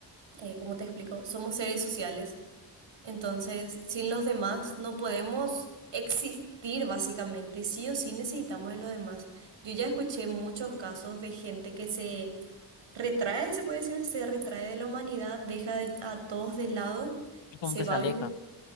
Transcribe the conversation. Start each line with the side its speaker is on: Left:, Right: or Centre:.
Right: eh, como te explico, somos seres sociales. Entonces, sin los demás no podemos existir básicamente, sí o sí necesitamos de los demás. Yo ya escuché muchos casos de gente que se retrae, se puede decir, se retrae de la humanidad, deja de- a todos de lado,
Left: Y como
Right: se
Left: que
Right: va
Left: se aleja.
Right: a vivir,